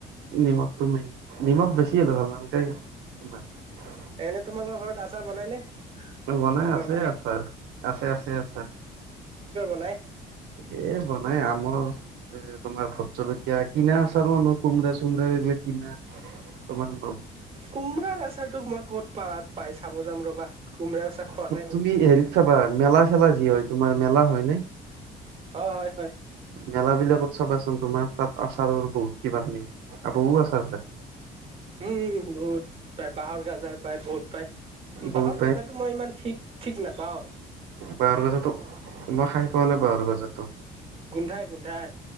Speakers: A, on the right (about 80°); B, on the right (about 35°).
A: নিমখটো মেইন নিমখ বেছি ভাল নাল তাইমাৰ
B: এনে তোমালোকৰ ঘৰত আচাৰ বনাই নে
A: বনাই
B: তোমাৰ
A: আছে
B: মায়ে
A: আ ছাৰ আছে আছে আ ছাৰ
B: মানে
A: এ বনাই আমৰ এ তোমাৰ ভট জলকীয়া কিনা আচাৰ মানুহ কোমৰা চোমৰাাৰ এইবিলাক কিনা তমান
B: কোমোৰাৰ আচাৰ তোক মই ক'ত পা পাই চাব যাম ৰবা কোমৰা চাহ খোৱা নাই মান
A: তুমি হেৰিত চাবা মেলা চেলা যি হয় তোমাৰ মেলা হয় নে
B: অ হয় হয়
A: মেলা বিলাকত চাবাচোন তোমাৰ তাত আচাৰৰ বহুত কিবা ল আপ আছোৰ
B: উম বহুত পায় বাঁহৰ গাজাৰ পায় বহুত পায়
A: বহুত
B: বাঁাহৰ গাজৰটো মই ইমান ঠিক ঠিক নাপাওঁ
A: বাহ গছাতো মই খাই পোৱা নাই বাহু গজতো
B: গোন্ধাই গোন্ধাই